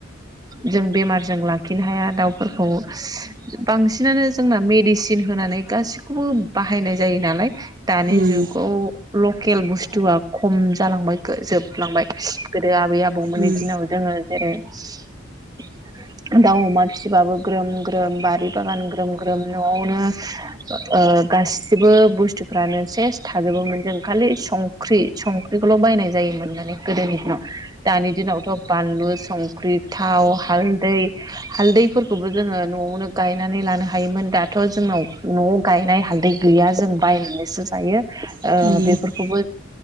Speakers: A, on the right; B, on the right.
A: जों बेमारजों लाखिनो हाया दाउफोरखौ। बांसिनानो जोंना मेडिसिन होनानै गासिखौबो बाहायनाय जायो नालाय दानि
B: ओम
A: जुगाव ल केल बुस्थुआ खम जालांबाय जोबलांबाय। गोदो आबै आबौमोननि
B: ओम
A: दिनाव जोङो <unintelligible> दाउ अमा फिसिबाबो ग्रोम ग्रोम बारि बागान ग्रोम ग्रोम न'आवनो ओ गासिबो बुस्थुफ्रानो सेस थाजोबोमोन। जों खालि संख्रि संख्रिखौल' जायोमोन माने गोदोनि दिनाव। दानि दिनावथ' बानलु संख्रि, थाव, हालदै फोरखौबो जोङो न'आवनो गायनानै लानो हायोमोन। दाथ' जोंनाव न'आव गायनाय हालदै गैया जों बायनानैसो जायो।
B: जोंनाथ'
A: ओ जोङो